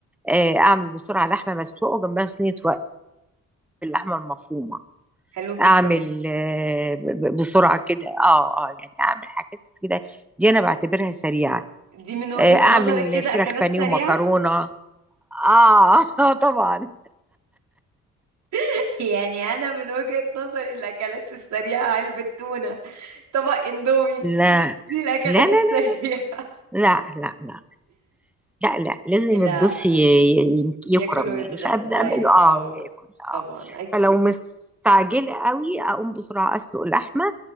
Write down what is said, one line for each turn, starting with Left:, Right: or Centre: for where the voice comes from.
Centre: آه، اعمل بسرعة لحمة مسلوقة وجنبها صينية رق باللحمة المفرومة
Right: حلو جدا
Centre: اعمل آه، ب- ب- بسرعة كده اه اه يعني اعمل حاجات كده دي انا بعتبرها سريعة
Right: دي من وجهة
Centre: آه، اعمل
Right: نظرك كده
Centre: فراخ
Right: أكلات
Centre: بانيه
Right: سريعة
Centre: ومكرونة اه <laughs> طبعا
Right: <laughs> يعني أنا من وجهة نظري الأكلات السريعة علبة تونة طبق اندومي
Centre: لا
Right: دي الأكلات
Centre: لا لا لا
Right: السريعة
Centre: لا لا لا لا لا
Right: <laughs>
Centre: لازم
Right: لا
Centre: الضيف ي- ي- يكرم
Right: ياكل ويتغذى
Centre: يعني فبنعمل
Right: أيوة
Centre: له اه
Right: طبعا
Centre: وياكل اه
Right: طبعا أكيد
Centre: فلو مستعجله قوي اقوم بسرعه اسلق اللحمه